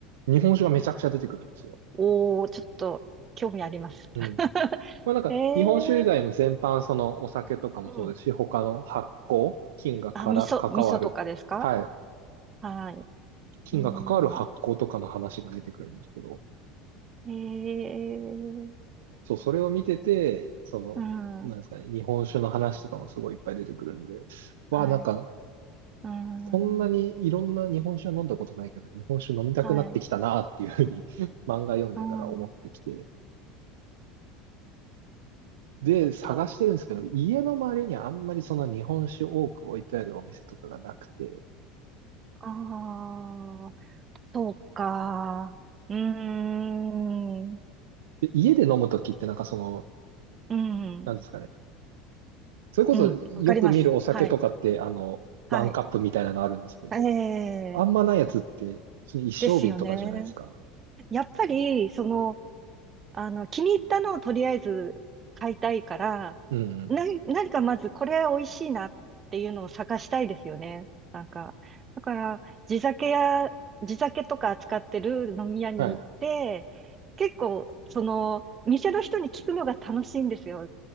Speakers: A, on the right (about 65°); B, on the right (about 30°).
A: 日本酒がめちゃくちゃ出てくるんですよ。
B: おー、ちょっと興味あります。
A: うん。
B: <laughs>
A: まあなんか、
B: ええ。
A: 日本酒以外も全般、そのお酒とかもそうですし、
B: うん。
A: 他の発酵、菌がから関わる、
B: あ、味噌、味噌とかですか
A: はい、
B: はい。
A: 金が関わる発行とかの話が出てくるんですけど、
B: うん。へえ、
A: そう、それを見てて、その、
B: うん、
A: なんですかね、日本酒の話とかもすごいいっぱい出てくるんで、わあ、
B: はい、
A: なんか、
B: うん、
A: そんなにいろんな日本酒は飲んだことないけど、日本酒飲みたくなってきたなっていうふうに
B: はい、
A: <laughs> 漫画読んでたら思ってきて、
B: うん、
A: で、
B: ちょっと、
A: 探してるんですけど、家の周りにあんまりその日本酒多く置いてあるお店とかがなくて、
B: ああ、そうか、うーん、
A: で家で飲むときってなんかその、
B: うん、
A: なんですかね、それこそよく見るお酒とかって、
B: うん、わかります。はい、
A: あの、
B: はい、
A: ワンカップみたいなのあるんですけど、
B: ええ、
A: あんまないやつって、普通に一升瓶とかじゃないですか。
B: ですよね。やっぱり、その、あの、気に入ったのをとりあえず買いたいから、
A: うんうん。
B: な、何かまずこれ美味しいなっていうのを探したいですよね。なんか、だから、地酒や、地酒とか扱ってる飲み屋に行って、
A: はい。
B: 結構、その、店の人に聞くのが楽しいんですよ。